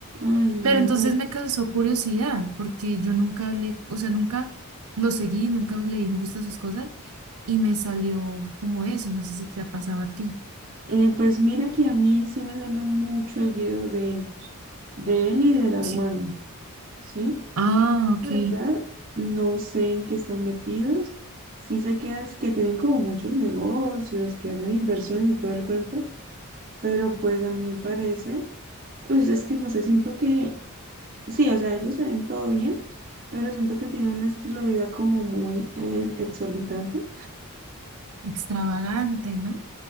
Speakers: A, on the right; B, on the right.
A: ay,
B: Pero
A: no.
B: entonces me causó curiosidad porque yo nunca hablé, o sea, nunca lo seguí, nunca le di me gusta a sus cosas y me salió como eso, no sé si te ha pasado a ti.
A: Eh, pues mira que a mí sí me salen muchos videos de ellos, de él y de la hermana,
B: Sí,
A: ¿sí?
B: Ah,
A: Yo,
B: ok,
A: La verdad, no sé en qué están metidos. Sí sé que, es- que tienen como muchos negocios, que hacen inversiones y todo el cuento, pero pues a mí me parece, pues es que no sé, siento que Sí, o sea, ellos se ven todo bien, pero siento que tienen un estilo de vida como muy eh, exorbitante.
B: extravagante, ¿no?